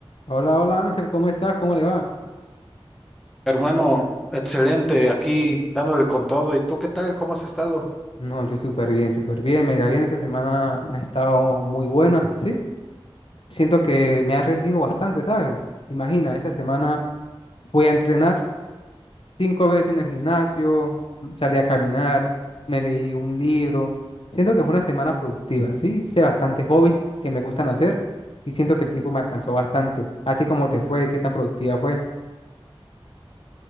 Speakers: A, on the left; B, in the centre.
A: Hola, hola Ángel, ¿cómo estás? ¿Cómo le va?
B: Hermano, excelente, aquí dándole con todo. ¿Y tú qué tal? ¿Cómo has estado?
A: No, yo súper bien, súper bien, mega bien. Esta semana ha estado muy buena, ¿sí? Siento que me ha rendido bastante, ¿sabes? Imagina, esta semana fui a entrenar cinco veces en el gimnasio, salí a caminar, me leí un libro. Siento que fue una semana productiva, ¿sí? Hice bastantes hobbies que me gustan hacer y siento que el tiempo me alcanzó bastante. ¿A ti cómo te fue? ¿Qué tan productiva fue?